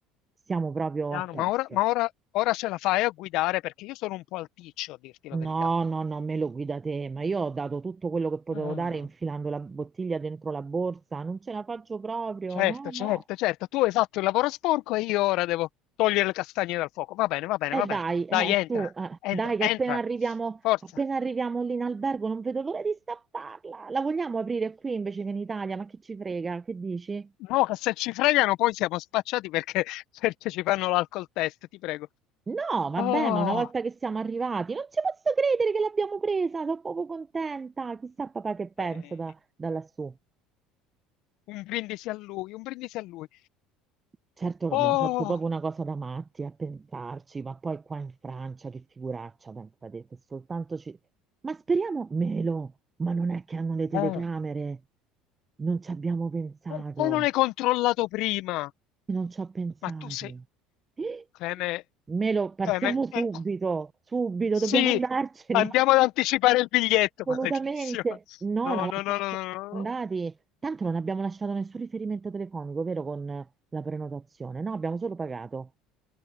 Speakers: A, on the right; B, on the left.
A: siamo proprio
B: piano,
A: a posto.
B: ma ora, ma ora, ora ce la fai a guidare perché io sono un po' alticcio, a dirti la
A: No,
B: verità.
A: no, no, me lo guida te, ma io ho dato tutto quello che potevo
B: Ah,
A: dare infilando la bottiglia dentro la borsa, non ce la faccio proprio,
B: Certo,
A: no, no.
B: certo, certo, tu hai fatto il lavoro sporco e io ora devo togliere le castagne dal fuoco. Va bene, va bene,
A: Eh
B: va bene.
A: dai,
B: Dai,
A: eh,
B: entra,
A: tu, eh,
B: entra,
A: dai, che
B: entra.
A: appena arriviamo,
B: Forza.
A: appena arriviamo lì in albergo non vedo l'ora di stapparla. La vogliamo aprire qui invece che in Italia? Ma che ci frega? Che dici?
B: No, che se ci fregano poi siamo spacciati perché, <laughs> perché ci fanno l'alcol test, ti prego.
A: No, vabbè,
B: Oh,
A: ma una volta che siamo arrivati, non ci posso credere che l'abbiamo presa, sono proprio contenta. Chissà papà che pensa
B: eh,
A: da, da lassù.
B: un brindisi a lui, un brindisi a lui.
A: Certo che
B: Oh,
A: abbiamo fatto proprio una cosa da matti a pensarci, ma poi qua in Francia che figuraccia, pensate, se soltanto ci... Ma speriamo meno, ma non è che hanno le telecamere,
B: ah.
A: non ci abbiamo pensato,
B: Perché non hai controllato prima?
A: non ci ho pensato.
B: Ma tu sei...
A: <gasps>
B: Cleme...
A: Melo, partiamo
B: Cleme...
A: subito,
B: eh,
A: subito,
B: Sì,
A: dobbiamo andarcene,
B: andiamo ad anticipare il biglietto,
A: <laughs> assolutamente.
B: <laughs> maledizione.
A: No,
B: No,
A: no, ma
B: no, no, no,
A: siamo
B: no, no,
A: andati,
B: no,
A: tanto non abbiamo lasciato nessun riferimento telefonico, vero, con la prenotazione, no, abbiamo solo pagato.